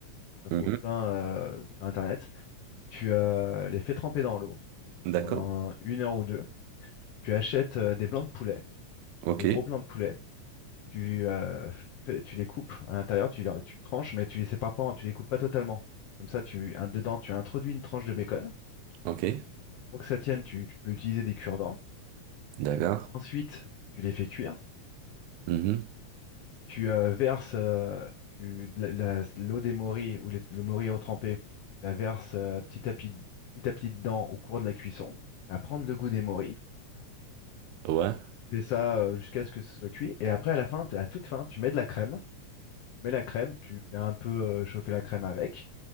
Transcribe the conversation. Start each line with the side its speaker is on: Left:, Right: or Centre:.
Left: tu en
Right: Mhm.
Left: trouves plein euh, sur Internet. Tu euh, les fais tremper dans l'eau
Right: D'accord.
Left: pendant une heure ou deux. Tu achètes euh, des blancs de poulet,
Right: Ok.
Left: des gros blancs de poulet. Tu, euh, fais- tu les coupes à l'intérieur, tu, les- tu tranches, mais tu les sépares pas, en- tu les coupes pas totalement. Comme ça, tu, un- dedans, tu introduis une tranche de bacon.
Right: Ok.
Left: Pour que ça tienne, tu, tu peux utiliser des cure-dents.
Right: D'accord.
Left: Ensuite, tu les fais cuire.
Right: Mhm.
Left: tu euh, verses euh, tu, de la- la- l'eau des morilles ou les- le morille à eau trempée, tu la verses euh, petit à petit, petit à petit dedans au cours de la cuisson. Ça va prendre le goût des morilles.
Right: Ouais.
Left: Tu fais ça euh, jusqu'à ce que ce soit cuit. Et après, à la fin, t- à toute fin, tu mets de la crème. Tu mets la crème, tu fais un peu euh, chauffer la crème avec.